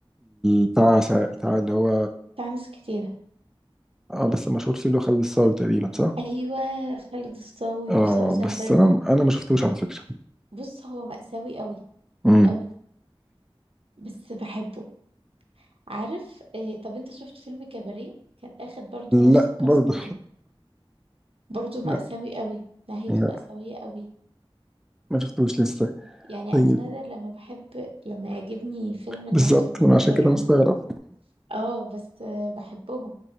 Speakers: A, in the centre; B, on the right.
A: بتاع بتاع اللي هو
B: بتاع ناس كتيرة
A: اه بس مشهور فيه اللي هو خالد الصاوي تقريبا صح؟
B: ايوه خالد الصاوي
A: اه
B: وسوسن
A: بس
B: بدر
A: انا انا ما شفتوش على فكرة
B: بص هو مأساوي قوي
A: امم
B: قوي بس بحبه عارف آه طب انت شفت فيلم كباريه كان اخد برضو نفس
A: لا
B: الكاست
A: برضه
B: ده برضو مأساوي
A: لا
B: قوي نهايته
A: لا
B: مأساوية قوي
A: ما شفتوش لسه
B: يعني
A: طيب
B: انا نادر لما بحب لما يعجبني فيلم نهايته
A: بالظبط
B: مش
A: من
B: حلوة
A: عشان كده
B: يعني
A: مستغرب
B: اه بس آه بحبهم